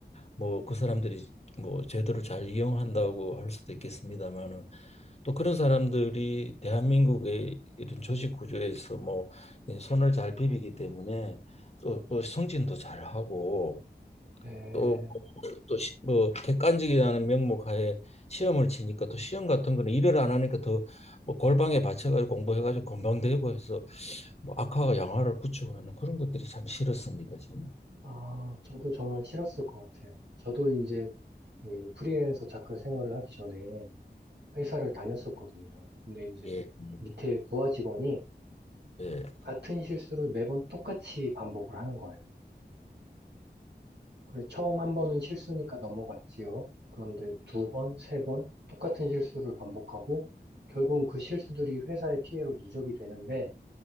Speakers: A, on the left; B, on the right.
A: 뭐 그 사람들이 뭐 제도를 잘 이용한다고 할 수도 있겠습니다만은 또 그런 사람들이 대한민국의 이런 조직 구조에서 뭐이 손을 잘 비비기 때문에 또 또 승진도 잘하고
B: 네.
A: 또 또뭐 객관적이라는 명목 하에 시험을 치니까 또 시험 같은 거는 일을 안 하니까 더 뭐 골방에 받쳐가지고 공부해가지고 건방 되고 해서 뭐 악화가 양화를 구축하는 그런 것들이 참 싫었습니다 저는
B: 아, 저도 정말 싫었을 것 같아요. 저도 이제 이 프리랜서 작가 생활을 하기 전에 회사를 다녔었거든요. 근데 이제
A: 예 예
B: 밑에 부하 직원이
A: 예
B: 같은 실수를 매번 똑같이 반복을 하는 거예요. 그래, 처음 한 번은 실수니까 넘어갔지요. 그런데 두 번, 세 번 똑같은 실수를 반복하고 결국은 그 실수들이 회사의 피해로 누적이 되는데